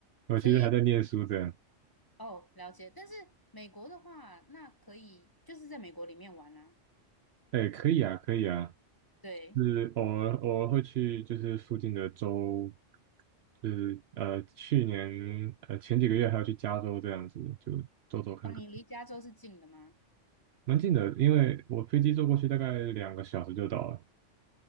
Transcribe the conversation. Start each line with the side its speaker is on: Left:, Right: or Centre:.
Right: 我其实还在念书这样。
Left: 所以哦，了解。但是美国的话，那可以就是在美国里面玩啦、
Right: 哎，可以啊，可以啊。
Left: 对，
Right: 是偶尔偶尔会去，就是附近的州，就是呃去年呃前几个月还要去加州这样子，就走走看看，
Left: 哦，你离加州是近的吗？
Right: 蛮近的，因为我飞机坐过去大概两个小时就到了。<laughs>